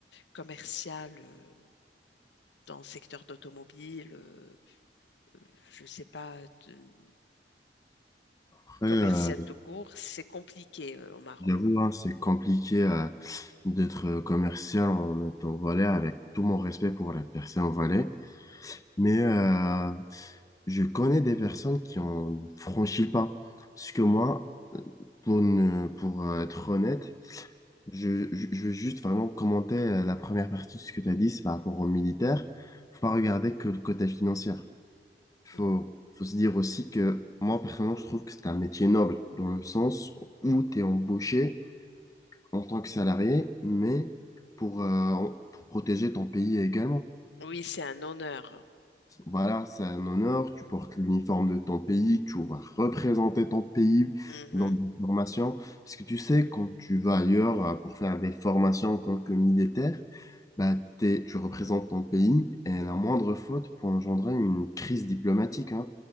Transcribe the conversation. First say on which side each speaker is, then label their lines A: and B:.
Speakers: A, on the left; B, on the left.
A: commercial euh, dans le secteur d'automobile, euh, euh, je ne sais pas, de-
B: Après,
A: commercial
B: euh,
A: tout court, c'est compliqué euh, au Maroc.
B: j'avoue, hein, c'est compliqué euh, d'être euh, commercial en étant Valais, avec tout mon respect pour les personnes en Valais. Mais euh, je connais des personnes qui ont franchi le pas. Parce que moi, pour, ne, pour euh, être honnête, je, je, je veux juste vraiment commenter euh, la première partie de ce que tu as dit, c'est par rapport aux militaires. Faut pas regarder que le côté financier. Faut,
A: Mhm.
B: faut se dire aussi que moi, personnellement, je trouve que c'est un métier noble, dans le sens où tu es embauché en tant que salarié, mais pour, euh, pour protéger ton pays également.
A: Oui, c'est un honneur.
B: Voilà, c'est un honneur. Tu portes l'uniforme de ton pays, tu vas représenter ton pays
A: Mhm,
B: dans des formations. Parce que tu sais, quand tu vas ailleurs euh, pour faire des formations en tant que militaire, bah, t'es- tu représentes ton pays et la moindre faute peut engendrer une crise diplomatique, hein.